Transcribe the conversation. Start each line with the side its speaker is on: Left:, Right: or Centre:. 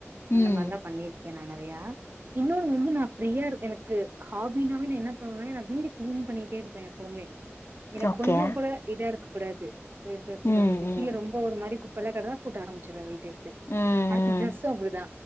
Right: அந்த
Left: ம்
Right: மாரிலா பண்ணிரு கேனங்கறையா இன்னொரு முந்து நா ஃப்ரீயா இருக்கு எனக்கு ஹாபினாவே நா என்ன பண்ணுவேனா வீடு கிளீன் பண்ணிட்டே இருக் எப்பவுமே எனக்கு
Left: ஓகே
Right: கொஞ்ச கூட இதா இருக்கக்கூடாது இப்ப இப்ப எப்டி
Left: ம்
Right: சொல்றது
Left: ம்
Right: கீழ ரொம்ப ஒரு மாரி குப் பல கதா கூட்ட ஆரம்பச்சுவ வி
Left: ம் ம்
Right: அடுத்து ட்ரெஸ்சும் அப்புடிதா